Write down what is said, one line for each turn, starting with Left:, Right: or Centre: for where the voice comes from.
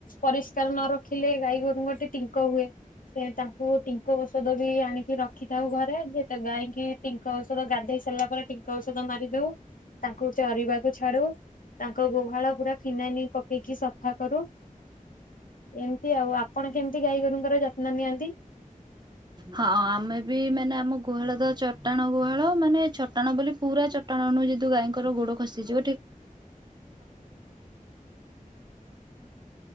Left: ପରିଷ୍କାର ନ ରଖିଲେ ଗାଈ ଗୋରୁଙ୍କଟିେ ଟିଙ୍କ ହୁଏ। ସେ ତାଙ୍କୁ ଟିଙ୍କ ଔଷଧ ବି ଆଣିକି ରଖିଥାଉ ଘରେ ଯେତ ଗାଈକି ଟିଙ୍କ ଔଷଧ ଗାଧେଇ ସାରିଲା ପରେ ଟିଙ୍କ ଔଷଧ ମାରି ଦଉ ତାଙ୍କୁ ଚରିବାକୁ ଛଡୁ ତାଙ୍କ ଗୋହାଳ ପୁରା ଫିନାଇଲ ପକେଇକି ସଫା କରୁ। ଏମତି ଆଉ ଆପଣ କେମିତି ଗାଈ ଗୋରୁଙ୍କର ଯତ୍ନ ନନ୍ଦି ଆନ୍ତିି <unintelligible>
Right: ହଁ ଆମେ ବି ମାନେ ଆମ ଗୁହାଳ ତ ଚଟାଣ ଗୁହାଳ ମାନେ ଚଟାଣ ବୋଲି ପୁରା ଚଟାଣ ନୁହଁ ଯେହେତ ଗଈଙ୍କର ଗୋଡ ଖସିଯିବ